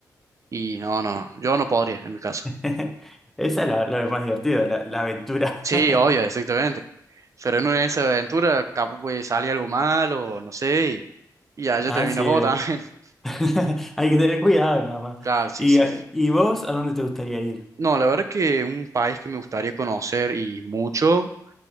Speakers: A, on the right; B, in the centre.
A: Y no, no, yo no podría en mi caso.
B: <laughs> Esa es la, lo más divertido, la, la aventura.
A: Sí, obvio,
B: <laughs>
A: exactamente. Pero en una de esas aventuras, capaz pues sale algo mal o no sé, y, y ya yo
B: Ah,
A: termino
B: sí.
A: el juego
B: eh.
A: también. <laughs>
B: <laughs> Hay que tener cuidado nada más.
A: Claro, sí,
B: ¿Y,
A: sí. sí.
B: y vos a dónde te gustaría ir?
A: No, la verdad que un país que me gustaría conocer y mucho